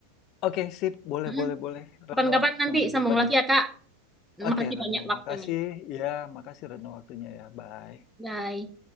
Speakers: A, on the left; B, in the centre.
A: oke sip, boleh
B: mm
A: boleh boleh. Retno,
B: Kapan-kapan nanti
A: sampai
B: sambung
A: jumpa
B: lagi
A: deh.
B: ya Kak.
A: Oke
B: Makasih
A: Retno,
B: banyak waktunya.
A: makasih. Ya, makasih Retno waktunya ya. Bye.
B: Bye.